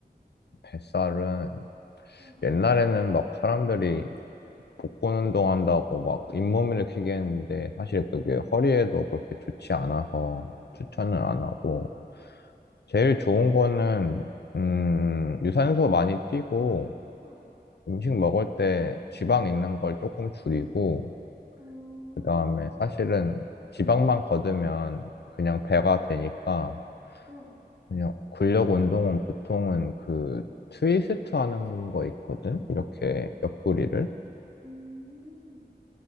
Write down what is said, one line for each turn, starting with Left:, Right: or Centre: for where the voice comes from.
Left: 뱃살은
Right: 응.
Left: 옛날에는 막 사람들이 복근 운동한다고 막 잇몸 일으키게 했는데 사실 그게 허리에도 그렇게 좋지 않아서 추천은
Right: 음,
Left: 안 하고 제일 좋은 거는, 음, 유산소 많이 뛰고,
Right: 응.
Left: 음식 먹을 때 지방 있는 걸 조금 줄이고,
Right: 음,
Left: 그 다음에 사실은 지방만 걷으면 그냥 배가 되니까,
Right: 응.
Left: 그냥 근력 운동은 보통은 그 트위스트 하는 거 있거든? 이렇게 옆구리를.
Right: 음.